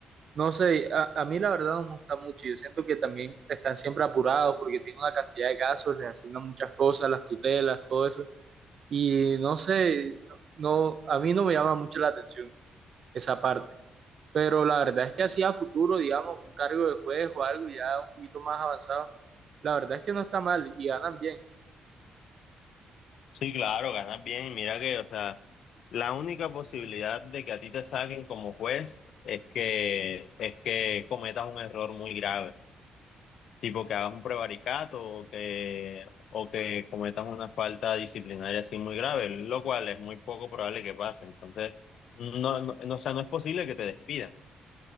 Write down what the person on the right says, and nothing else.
No sé, a, a mí la verdad no me gusta mucho. Yo siento que también están siempre apurados porque tienen una cantidad de casos, les asignan muchas cosas, las tutelas, todo eso. Y no sé, no, a mí no me llama mucho la atención esa parte. Pero la verdad es que así a futuro, digamos, un cargo de juez o algo ya un poquito más avanzado, la verdad es que no está mal y ganan bien.